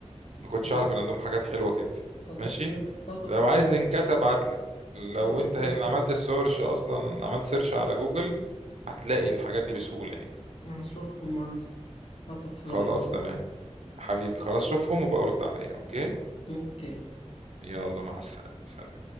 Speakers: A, on the right; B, on the left.
A: ما كنتش
B: خلاص
A: اعرف ان عندهم حاجات حلوه كده
B: خلاص
A: ماشي
B: ماشي هثق
A: لو
B: في رأيك
A: عايز لينكات ابعت لك لو
B: هثق
A: انت
B: في
A: اللي
B: رأيك
A: عملت السيرش اصلا عملت سيرش على جوجل هتلاقي الحاجات دي بسهوله يعني
B: هشوفهم عندي هثق في
A: خلاص
B: رأيك
A: تمام حبيبي خلاص شوفهم وبقى رد عليا اوكي
B: أوكي
A: يلا مع السلامه سلام